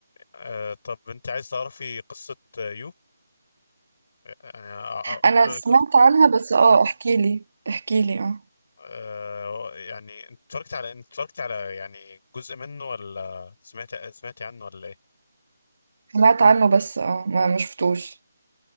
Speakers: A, on the left (about 40°); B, on the right (about 50°).
A: آه، طب انت عايز تعرفي قصه آه، يو يعني آه،
B: انا
A: آه،
B: سمعت عنها بس اه احكي لي احكي لي اه
A: آه يعني انت اتفرجت على انت اتفرجت على يعني جزء منه ولا سمعت سمعت عنه ولا ايه
B: سمعت عنه بس اه ما ما شفتوش